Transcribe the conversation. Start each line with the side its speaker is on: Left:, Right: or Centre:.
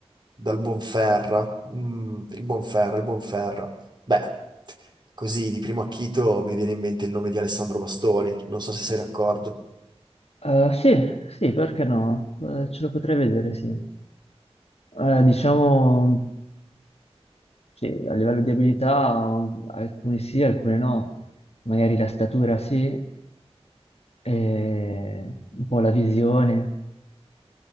Right: dal Bonferra. Mm, il Bonferra, il Bonferra. Beh, così di primo acchito mi viene in mente il nome di Alessandro Bastoni, non so se sei d'accordo.
Left: Eh, sì, sì, perché no? Eh, ce lo potrei vedere, sì. Eh, diciamo, sì, a livello di abilità, alcune sì, alcune no. Magari la statura sì, e un po' la visione.